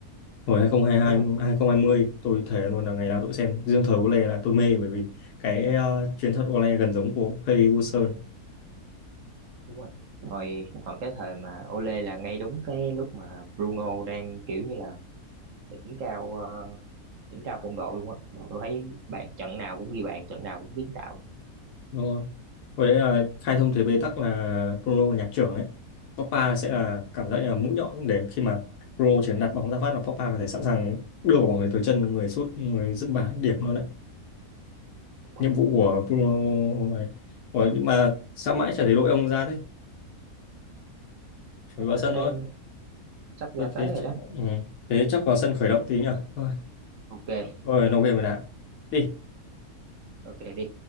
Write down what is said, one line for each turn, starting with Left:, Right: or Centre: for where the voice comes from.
Left: hồi hai không hai hai
Right: đúng rồi
Left: hai 2020 tôi thề luôn là ngày nào tôi cũng xem riêng thời Ole là tôi mê bởi vì cái uh, chuyền thuật Ole gần giống của Ferguson
Right: đúng rồi hồi hồi cái thời mà Ole là ngay đúng cái lúc mà Bruno đang kiểu như là đỉnh cao ờ, đỉnh cao phong độ luôn á tôi thấy bạn trận nào cũng ghi bàn trận nào cũng kiến tạo
Left: Đúng rồi. Với đấy khai thông thế bế tắc là Bruno nhạc trưởng đấy. Pogba sẽ là cảm giác như là mũi nhọn để khi mà Bruno chỉ cần đặt bóng ra phát là Pogba có thể sẵn sàng đưa quả bóng đấy tới chân người sút người dứt bàn điểm luôn đấy.
Right: đúng rồi
Left: Nhiệm vụ của Bruno này. Ủa, nhưng mà sao mãi chả thấy đội ông ra thế? Chuẩn
Right: tức
Left: bị vào
Right: là
Left: sân
Right: nó đang
Left: thôi.
Right: sắp ra
Left: Thôi
Right: tới
Left: thế,
Right: rồi
Left: chắc-
Right: đó
Left: ừ. Thế chắc vào sân khởi động tí nhở. Thôi,
Right: ok
Left: rồi nó game rồi đã. Đi.
Right: ok đi